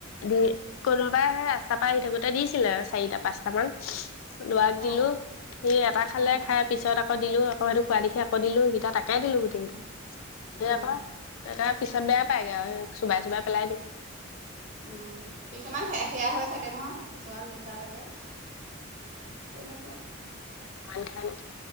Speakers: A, on the left; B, on the right.
A: দি কোনোবাই হে ৰাচ তাপা আহি থাকোতে দিছিলে চাৰিটা পাঁচটা মান লৰাক দিলো
B: অ
A: সি এটা খালে
B: অ
A: খাই পিছত আ কৌ দিলো আকৌ সেইটো খোৱা দেখি আকৌ দিলোঁ সেইকেইটা তাকে দিলো গোটেইকেইটা। দে
B: উম
A: আক এটা পিছত বেয়া পাই গে আও চুবাই চুবাই পেলাই দিয়ে
B: উম কিছুমান
A: অকমান
B: সেৰ সেয়া হৈ থাকে নহয়। কিছুমান মিঠা নেথাকে তেনেকুৱা
A: মান খায় নেখায়